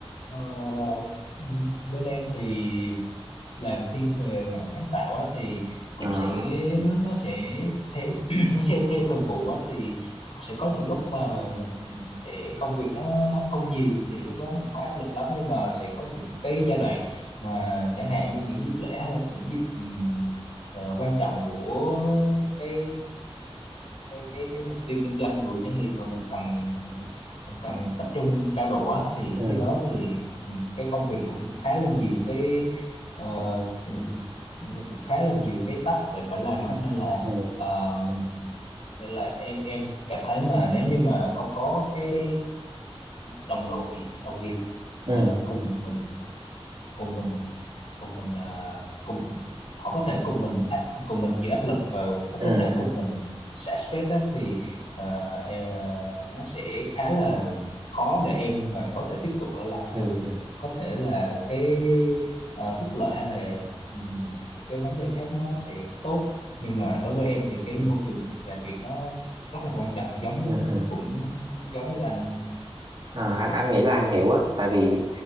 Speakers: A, on the left; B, on the right.
A: ờ, ừ, bên em thì làm thiên về mảng sáng tạo á thì cũng
B: à
A: sẽ
B: ừ
A: nó nó sẽ theo <clears throat> nó sẽ theo thời vụ á thì sẽ có những lúc mà mà mình sẽ công việc nó không nhiều thì lúc đó mình không áp lực lắm nhưng mà sẽ có những cái giai đoạn mà chẳng hạn như những dịp lễ hay là những dịp ừm, ờ, quan trọng của cái cái cái mục tiêu kinh doanh của doanh nghiệp mà mình cần mình cần tập trung cao độ á thì
B: ừ
A: khi đó thì ừm, cái công việc cũng khá là nhiều cái ờ, cũng, nó cũng khá là nhiều cái task để phải làm á nên là
B: ừ
A: ờ, mình nên là em em cảm thấy mà nếu như mà không có cái đồng đội đồng nghiệp
B: ừ
A: mà cùng mình cùng mình cùng mình à, cùng họ có thể cùng mình áp cùng mình chịu áp lực và cũng
B: ừ
A: có thể
B: ừ ừ
A: cùng mình xả stress á, thì ờ, e- nó sẽ khá là khó để em mà có thể tiếp tục ở lại
B: ừ
A: dù có thể là cái ờ, phúc lợi hay là ừm, những cái vấn đề khác nó sẽ tốt nhưng mà đối với em thì cái
B: ừ
A: môi trường làm việc nó rất là quan trọng giống
B: ừ ừ.
A: cũng giống như anh
B: Ờ, anh anh nghĩ là anh hiểu á tại vì